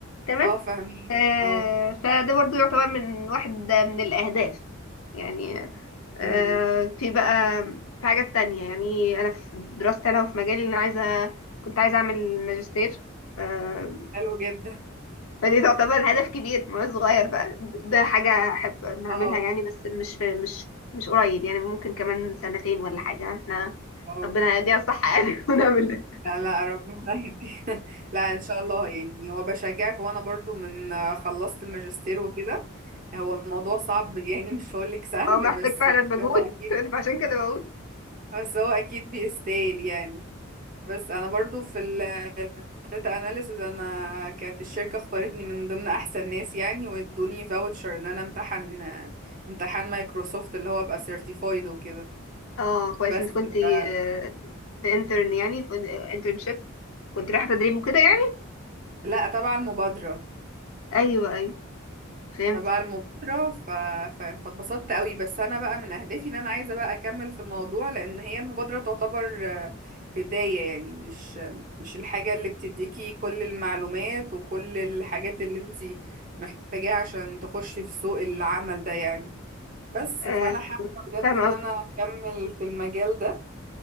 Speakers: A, on the left (about 80°); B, on the right (about 40°).
A: تمام
B: فاهمين اه فاهميكي.
A: آه،
B: اه
A: فده برضو يعتبر من واحد من الأهداف يعني آه،
B: مم،
A: في بقى في حاجات تانية يعني أنا في دراستي أنا وفي مجالي إن أنا عايزة كنت عايزة أعمل ماجستير آه،
B: حلو جدا
A: فدي تعتبر هدف كبير مش صغير بقى ده حاجة أحب نعملها
B: اه
A: يعني بس مش في مش مش قريب يعني ممكن كمان سنتين ولا حاجة احنا
B: اه
A: ربنا يديها الصحة يعني <laughs> ونعمل ده
B: لا لا، ربنا يهدي <laughs> لا ان شاء الله يعني هو بشجعك وانا برضو من آه، خلصت الماجستير وكده هو الموضوع صعب يعني مش هقولك سهل
A: هو محتاج
B: بس
A: فعلا مجهود
B: هو اكيد
A: <laughs> فعشان كده بقول
B: بس هو اكيد بيستاهل يعني بس انا برضو في الداتا اناليسز انا كانت الشركة اختارتني من ضمن احسن ناس يعني وادوني فاوتشر ان انا امتحن آه، امتحان مايكروسوفت اللي هو ابقى سيرتيفايد وكده
A: اه كويس
B: بس
A: انت كنت آه،
B: ف...
A: في انترن يعني في انترنشيب كنت رايحة تدريب وكده يعني
B: لا طبعا مبادرة
A: ايوه ايوه فهمت
B: فبقى المبادرة ف... ف... فاتبسطت قوي بس أنا بقى من أهدافي إن أنا عايزة بقى أكمل في الموضوع لأن هي المبادرة تعتبر آه، بداية يعني مش مش الحاجة اللي بتديكي كل المعلومات وكل الحاجات اللي انتي محتاجاها عشان تخشي في سوق العمل ده يعني بس
A: آه،
B: فأنا حابة بجد
A: فاهمة
B: إن
A: قصدك
B: أنا أكمل في المجال ده